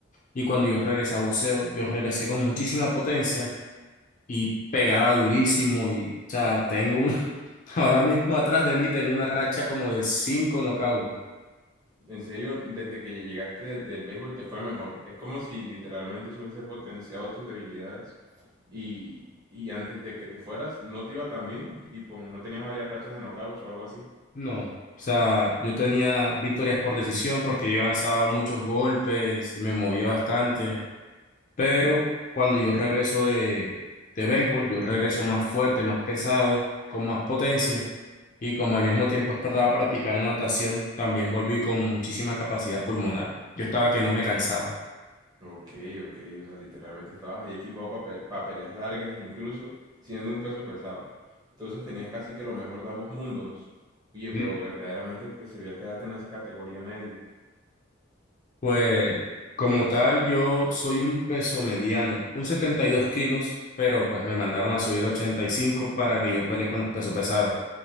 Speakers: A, on the left; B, on the right.
A: Y cuando yo regresé a boxeo, yo regresé con muchísima potencia y pegaba durísimo y, o sea, tengo un, <laughs> ahora mismo atrás de mí tengo una racha como de cinco knockouts.
B: En serio, desde que llegaste del, del béisbol te fue mejor. Es como si literalmente eso hubiese potenciado tus debilidades y, y antes de que te fueras no te iba tan bien, tipo, no tenías varias rachas de knockout o algo así.
A: No, o sea, yo tenía victorias por decisión porque yo lanzaba muchos golpes y me movía bastante. Pero cuando yo regreso de, de béisbol, yo regreso más fuerte, más pesado, con más potencia. Y como al mismo tiempo estaba practicando natación, también volví con muchísima capacidad pulmonar. Yo estaba que no me cansaba.
B: Ok, ok, o sea, literalmente estabas ahí equipado para peleas largas, incluso siendo un peso pesado. Entonces tenías casi que lo mejor de ambos mundos. Oye, pero
A: Li-
B: verdaderamente te servía quedarte en esa categoría media.
A: Pues como tal, yo soy un peso mediano, un 72 kilos, pero pues me mandaron a subir 85 para que yo pelee con los pesos pesados. O